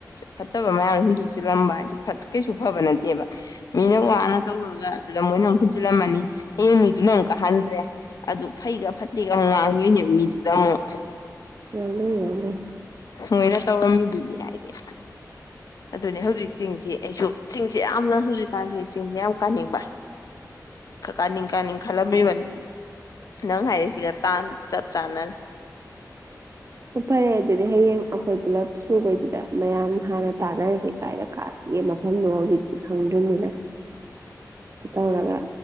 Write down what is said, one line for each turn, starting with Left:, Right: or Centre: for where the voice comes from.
Left: ꯐꯠꯇꯕ ꯃꯌꯥꯝ ꯍꯨꯟꯗꯣꯛꯆꯤꯜꯂꯝꯕ ꯍꯥꯏꯁꯦ ꯀꯩꯁꯨ ꯐꯕ ꯅꯠꯇꯦꯕ ꯃꯤꯅ ꯋꯥꯅ ꯇꯧꯔꯒ ꯑꯗꯨꯗ ꯃꯣꯏꯅ ꯑꯃꯨꯛ ꯍꯨꯟꯖꯤꯜꯂꯝꯃꯅꯤ ꯍꯌꯦꯡ ꯃꯤꯗꯨꯅ ꯑꯃꯨꯛ ꯀꯥꯍꯟꯗ꯭ꯔꯦ ꯑꯗꯨ ꯐꯩꯒ ꯐꯠꯇꯦꯒꯨꯛ ꯉꯥꯡꯗꯣꯏꯅꯦꯕ ꯃꯤꯗꯨ ꯗꯃ
Right: ꯆꯂꯦ ꯌꯥꯂꯦ
Left: ꯃꯣꯏꯅ ꯇꯧꯔꯝꯃꯤꯗꯨꯗꯤ ꯍꯥꯏꯗꯤꯦ ꯑꯗꯨꯅꯦ ꯍꯧꯖꯤꯛ ꯆꯤꯡꯁꯤ ꯑꯩꯁꯨ ꯆꯤꯡ ꯁꯤ ꯌꯥꯝꯅ ꯍꯧꯖꯤꯛꯀꯥꯟꯁꯤꯦ ꯆꯁꯤꯡꯁꯤ ꯌꯥꯝ ꯀꯥꯅꯤꯡꯕ ꯀꯥꯅꯤꯡ ꯀꯥꯅꯤꯡ ꯈꯜꯂꯝꯃꯤꯕꯅꯤ ꯅꯪ ꯍꯥꯏꯔꯤꯛꯁꯤꯒ ꯇꯥꯟ ꯆꯞ ꯆꯥꯅꯅꯤ
Right: ꯑꯣ ꯐꯔꯦ ꯑꯗꯨꯗꯤ ꯍꯌꯦꯡ ꯑꯩꯈꯣꯏ ꯄꯨꯂꯞ ꯁꯨꯕꯩꯗꯨꯗ ꯃꯌꯥꯝ ꯍꯥꯟꯅ ꯇꯥꯟꯅꯔꯁꯤ ꯀꯥꯏꯗ ꯀꯥꯁꯤꯒꯦ ꯃꯐꯝꯗꯣ ꯍꯧꯖꯤꯛꯇꯤ ꯈꯪꯗ꯭ꯔꯤꯅꯤꯅ ꯇꯧꯔꯒ